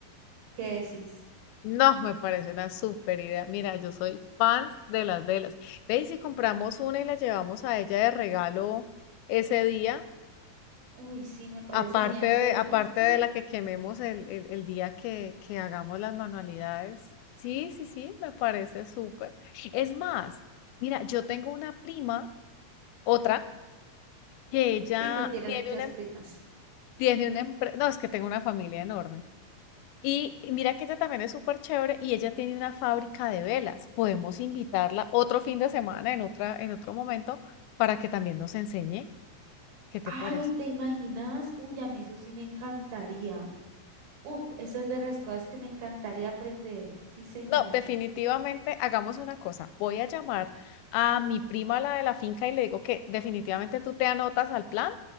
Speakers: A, on the right (about 75°); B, on the left (about 85°).
A: ¿Qué decís?
B: No, me parece una súper idea. Mira, yo soy fan de las velas. Ve y si compramos una y la llevamos a ella de regalo ese día,
A: Uy, sí, me parece
B: Aparte
A: genial,
B: de,
A: ve,
B: aparte
A: justo.
B: de la que quememos el, el, el día que, que hagamos las manualidades. Sí, sí, sí, me parece súper. Es más, mira, yo tengo una prima, otra, que ella
A: Sí, tú tienes
B: tiene
A: muchas
B: una, em-
A: primas.
B: tiene una empresa, no, es que tengo una familia enorme. Y y mira que ella también es súper chévere y ella tiene una fábrica de velas. Podemos invitarla otro fin de semana en otra, en otro momento para que también nos enseñe. ¿Qué te
A: Ay,
B: parece?
A: ¿te imaginas? Uy, a mí eso sí me encantaría. Uf, esa es de las cosas que me encantaría aprender. Sí, señora.
B: No, definitivamente hagamos una cosa. Voy a llamar a mi prima, la de la finca, y le digo que definitivamente tú te anotas al plan